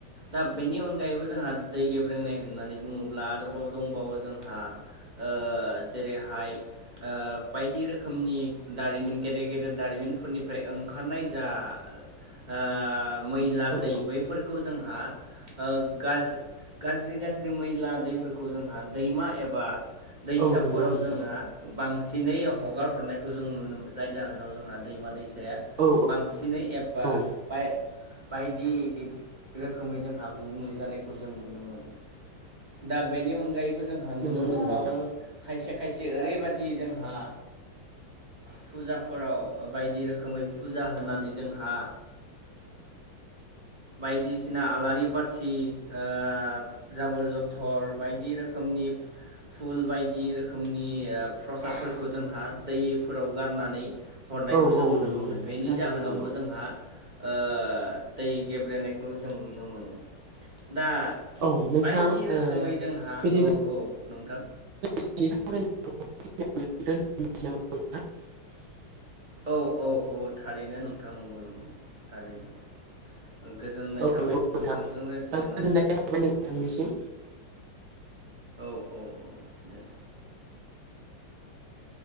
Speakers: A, on the right; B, on the right.
A: दा बेनि अनगायैबो जोंहा दै गेब्रेंनाय होननानै बुङोब्ला आरोबाव दंबावो जों ओ जेरैहाय ओ बायदि रोखोमनि दारिमिन गेदेर गेदेर दारिमिनफोरनिफ्राय ओंखारनाय जा ओ मैला
B: औ
A: दै बैफोरखौ जोंहा ओ गाज गाज्रि गाज्रि मैला दैफोरखौ जोंहा दैमा एबा दैसाफोराव
B: औ नंगौ नोंथां
A: जोङो बांसिनै हगार हरनायखौ जों नुनो मोनो जाय जाहोनाव जोंहा दैमा-दैसा
B: औ
A: बांसिनै एबा
B: औ
A: बाय बायदि रोखोमै जोंहा गुबुंले जानायखौ जों नुनो मोनो। दा बेनि अनगायैबो जोंहा नुनो
B: नंगौ नंगौ
A: मोनबावो
B: नोंथां
A: खायसे खायसे ओरैबायदि जोंहा फुजाफोराव बायदि रोखोमै फुजा होनानै जोंहा बायदिसिना आलारि बाथि ओ जाबोर जथर बायदि रोखोमनि
B: <inaudible>
A: फुल बायदि रोखोमनि प्रसादफोरखौ जोंहा दैफोराव गारनानै हरनायखौ
B: औ
A: जों
B: औ
A: नुनो
B: नंगौ
A: मोनो
B: नोंथां
A: बेनि
B: थारैनो
A: जाहोनावबो
B: नंगौ
A: जोंहा ओ दै गेब्रेनायखौ जों नुनो मोनो दा थिग
B: औ नोंथां
A: बायदि रोखोमै
B: ओ
A: जोंहा
B: बिदिब्ला
A: औ औ नोंथां
B: <unintelligible>
A: औ औ औ थारैनो नोंथां नंगौ नंगौ थारैनो गोजोननाय
B: औ
A: थाबाय
B: नंगौ नोंथां
A: नोंथांजों रायज्लायनानै
B: गोजोननाय थाबाय
A: औ
B: नोंथांनिसिम
A: औ औ औ औ दे